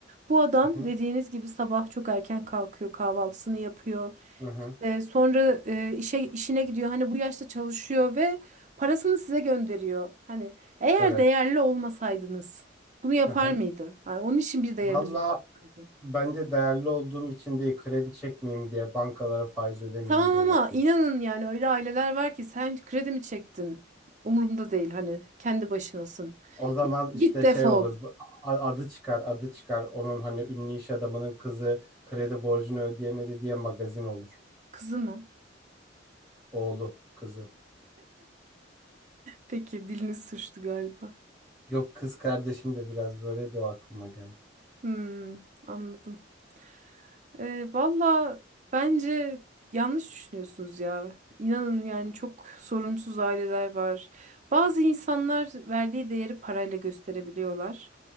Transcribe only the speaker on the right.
Bu adam
dediğiniz gibi sabah çok erken kalkıyor, kahvaltısını yapıyor.
E, sonra e, işe işine gidiyor. Hani bu yaşta çalışıyor ve parasını size gönderiyor. Hani eğer
değerli olmasaydınız bunu yapar
mıydı? Yani onun için bir değeriniz
olsaydı.
Tamam
ama
inanın yani öyle aileler var ki sen kredi mi çektin? Umurumda değil hani kendi başınasın.
Git,
git defol.
Kızı mı?
Peki dilini sürçtü galiba.
Hmm, anladım. Ee, valla bence yanlış düşünüyorsunuz ya. İnanın yani çok sorumsuz aileler var. Bazı insanlar verdiği değeri parayla gösterebiliyorlar.